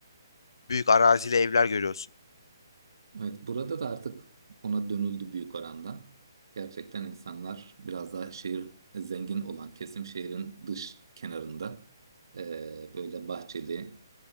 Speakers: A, on the left; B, on the right.
A: Büyük arazili evler görüyorsun.
B: Evet, burada da artık ona dönüldü büyük oranda. Gerçekten insanlar biraz daha şehir e, zengin olan kesim şehrin dış kenarında eee, böyle bahçeli,